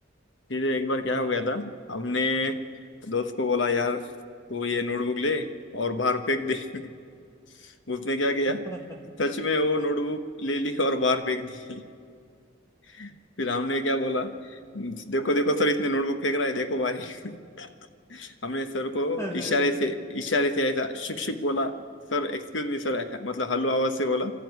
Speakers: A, on the left; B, on the left.
A: फिर एक बार क्या
B: हाँ
A: हो गया
B: हाँ
A: था हमने दोस्त को बोला यार तू ये नोटबुक ले और बाहर फेंक दे <laughs> उसने क्या
B: <laughs>
A: किया सच में वो नोटबुक ले ली और बाहर फेंक दी <laughs> फिर हमने क्या बोला देखो देखो सर इसने नोटबुक फेंक रहा है देखो भाई <laughs> हमने सर को
B: अरे
A: इशारे से इशारे से ऐसा शुक शुक बोला सर एक्सक्यूज मी सर ऐसा मतलब हल्लो आवाज से बोला